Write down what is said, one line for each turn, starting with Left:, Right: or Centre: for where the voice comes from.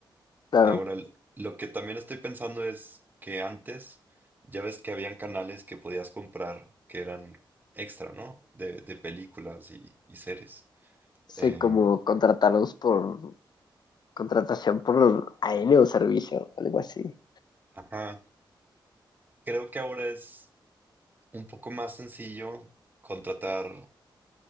Left: Claro,
Right: Ahora, l- lo que también estoy pensando es que antes ya ves que habían canales que podías comprar que eran extra, ¿no? De, de películas y, y series.
Left: sí,
Right: Em,
Left: como contratarlos por contratación por AN o servicio, algo así.
Right: ajá, creo que ahora es un poco más sencillo contratar,